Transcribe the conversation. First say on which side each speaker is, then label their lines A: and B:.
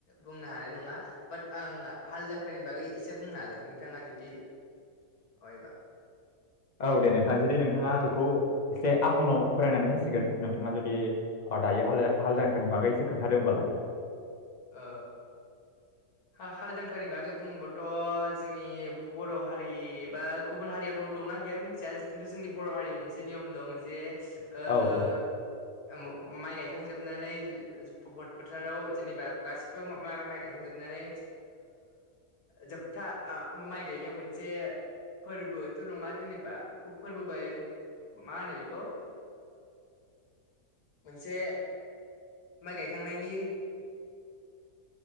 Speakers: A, on the left (about 85°); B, on the left (about 35°).
A: बुंनो हानाय नङा। बाट आं हाल जांख्रानि बागै एसे बुंना हागोन नोंथाङा जुदि माबायोबा
B: औ दे नोंथां जुदि नोंथाङा बेखौ एसे आं उनाव फरायनानै होसिगोन नोंथाङा जुदि दायो हाल हाल जांख्रानि बागै इसे खोन्थादो होनबालाय
A: ओ हा-हाल जांख्रानि बागै बुङोबाथ' जोंनि बर' हारि एबा गुबुन हारिआ दंना गैया मिथिया खिन्थु जोंनि बर' हारियाव मोनसे नियम दं जे ओ
B: औ औ
A: माइ गायखांजोबनानै फथ फोथाराव जेनेबा गासिबो मा-मा माइ माइ गायखांजोबनानै जोबथा आ माइ गायनायाव मोनसे बे फोरबोथ' नङा जेनेबा फोरबो बायो मा होनो बेखौ मोनसे माइ गायखांनायनि